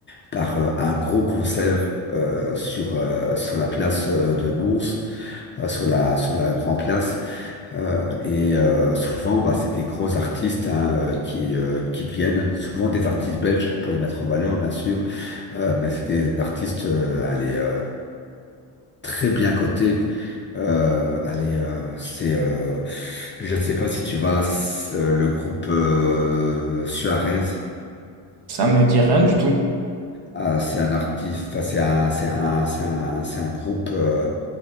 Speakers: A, on the left; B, on the right.
A: par euh, un gros concert euh, sur euh, sur la place euh, de Mons, euh, sur la sur la Grand Place. Euh, et euh, souvent, bah, c'est des gros artistes hein, euh, qui, euh, qui viennent, souvent des artistes belges pour les mettre en valeur, bien sûr, Euh, mais c'est des artistes euh, allez, euh, très bien cotés. Euh, allez, euh, c'est, euh, je ne sais pas si tu vois c'est, euh, le groupe euh, Suarez.
B: Ça me dit rien du tout.
A: Ah, c'est un artiste, enfin, c'est un, c'est un, c'est un, c'est un groupe. euh,